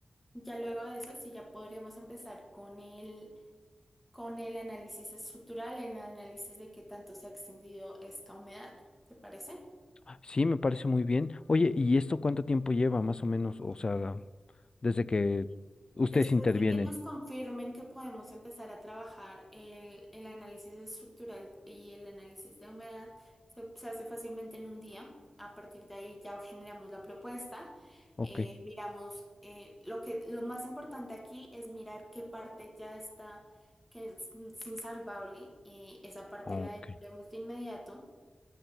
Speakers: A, in the centre; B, on the left.
A: ya luego de eso, sí ya podríamos empezar con el, con el análisis estructural, el análisis de qué tanto se ha extendido esta humedad, ¿te parece?
B: Ah, Sí, me parece muy bien. Oye, ¿y esto cuánto tiempo lleva más o menos? O sea, desde que ustedes
A: Después
B: intervienen.
A: de que nos confirmen que podemos empezar a trabajar el, el análisis estructural y el análisis de humedad, se, se hace fácilmente en un día. A partir de ahí ya generamos la propuesta.
B: Ok.
A: eh, miramos, eh, lo que, lo más importante aquí es mirar qué parte ya está, que es insalvable. eh, esa parte
B: Ok.
A: la demolemos de inmediato.